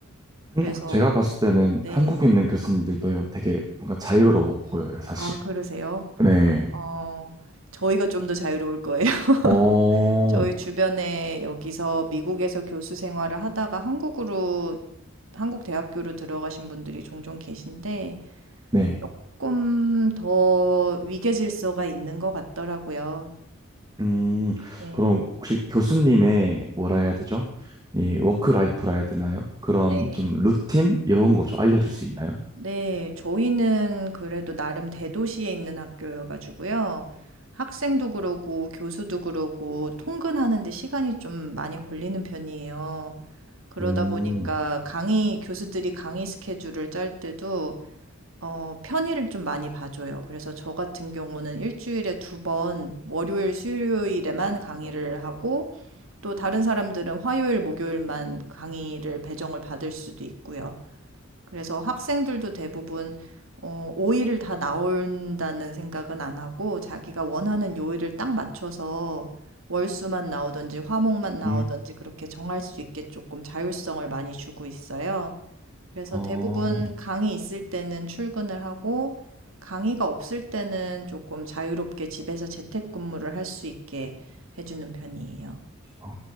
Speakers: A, on the right; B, on the right.
A: 그래서,
B: 한국 제가 봤을 때는
A: 네.
B: 한국에 있는 교수님들도요, 되게 뭔가 자유로워 보여요, 사실.
A: 아, 그러세요?
B: 네.
A: 어, 저희가 좀 더 자유로울 거예요. <laughs>
B: 어,
A: 저희 주변에 여기서 미국에서 교수 생활을 하다가 한국으로, 한국 대학교로 들어가신 분들이 종종 계신데,
B: 네.
A: 조금 더 위계질서가 있는 것 같더라고요.
B: 음,
A: 네.
B: 그럼 혹시 교수님의 뭐라 해야 되죠? 이 워크라이프라 해야 되나요? 그런
A: 네.
B: 좀 루틴 이런 거 좀 알려줄 수 있나요?
A: 네, 저희는 그래도 나름 대도시에 있는 학교여가지고요. 학생도 그러고 교수도 그러고 통근하는데 시간이 좀 많이 걸리는 편이에요. 그러다
B: 음,
A: 보니까 강의, 교수들이 강의 스케줄을 짤 때도 어, 편의를 좀 많이 봐줘요. 그래서 저 같은 경우는 일주일에 두 번, 월요일, 수요일에만 강의를 하고 또 다른 사람들은 화요일, 목요일만 강의를 배정을 받을 수도 있고요. 그래서 학생들도 대부분 어, 5일을 다 나온다는 생각은 안 하고 자기가 원하는 요일을 딱 맞춰서 월수만 나오든지 화목만 나오든지
B: 음,
A: 그렇게 정할 수 있게 조금 자율성을 많이 주고 있어요. 그래서
B: 어,
A: 대부분 강의 있을 때는 출근을 하고 강의가 없을 때는 조금 자유롭게 집에서 재택근무를 할 수 있게 해주는 편이에요.
B: 어.